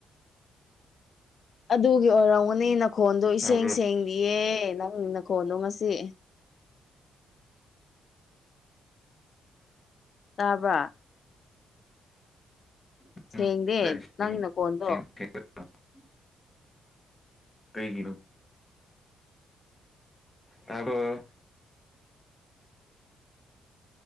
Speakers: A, on the left (about 50°); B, on the left (about 20°).
A: ꯑꯗꯨꯒꯤ ꯑꯣꯏꯔꯝꯒꯅꯤ ꯅꯈꯣꯟꯗꯣ ꯏꯁꯦꯡ
B: ꯇꯥꯕ꯭ꯔꯣ
A: ꯁꯦꯡꯅꯤꯌꯦ ꯅꯪ ꯅꯈꯣꯟꯗꯣ ꯉꯁꯤ ꯇꯥꯕ꯭ꯔ
B: <unintelligible>
A: ꯁꯦꯡꯗꯦ ꯅꯪꯒꯤ ꯅꯀꯣꯟꯗꯣ
B: ꯀꯩꯒꯤꯅꯣ ꯇꯕꯨꯣ